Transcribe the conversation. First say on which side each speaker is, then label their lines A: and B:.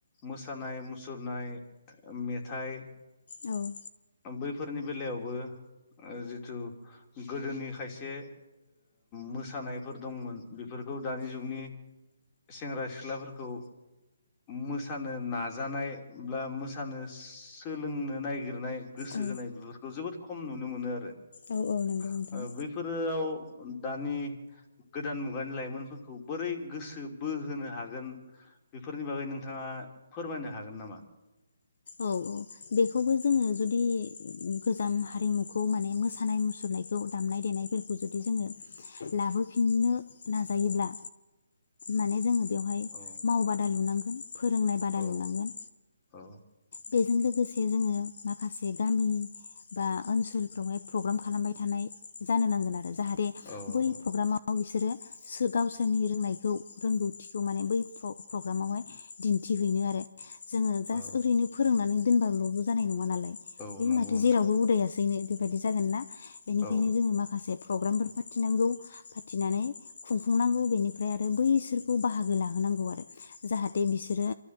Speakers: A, on the left (about 25°); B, on the left (about 55°).
A: मोसानाय मुसुरनाय मेथाइ
B: औ
A: बैफोरनि बेलायावबो जिथु गोदोनि खायसे मोसानायफोर दंमोन बेफोरखौ दानि जुगनि सेंग्रा सिख्लाफोरखौ मोसानो नाजानाय बा मोसानो सोलोंनो नागिरनाय गोसो
B: औ
A: होनाय बेफोरखौ जोबोद खम नुनो मोनो आरो
B: औ औ नंगौ नोंथां
A: बेफोराव दानि गोदान मुगानि लाइमोनफोरखौ बोरै गोसो बोहोनो हागोन बेफोरनि बागै नोंथाङा फोरमायनो हागोन नामा?
B: औ औ बेखौबो जोङो जुदि गोजाम हारिमुखौ माने मोसानाय मुसुरनायखौ दामनाय देनायफोरखौ जुदि जोङो लाबोफिननो नाजायोब्ला माने जोङो बेवहाय
A: औ
B: मावबादा लुनांगौ नि फोरोंनाय बादा
A: औ
B: लुनांगोन
A: औ
B: बेजों लोगोसे जोङो माखासे गामि बा ओनसोलफ्रावहाय प्रग्राम खालामबाय थानाय जानो नांगोन आरो जाहाथे
A: औ
B: बै प्रग्रामाव बिसोरो गावसोरनि रोंनायखौ रोंगौथिखौ माने बै प्रग्रामावहाय दिन्थिहैनो आरो जोंङो जास्ट
A: औ
B: ओरैनो नानै दोनबाल जानाय नङा नालाय बे
A: औ नंगौ
B: माथो
A: नोंथां
B: जेरावबो उदायसैनो बेबायदि जागोन ना बेनिखायनो
A: औ
B: जोङो माखासे प्रग्रामफोर फाथिनांगौ फाथिनानै खुंफुंनांगौ बेनिफ्राय आरो बैसोरखौ बाहागो लाहोनांगौ आरो जाहाथे बिसोरो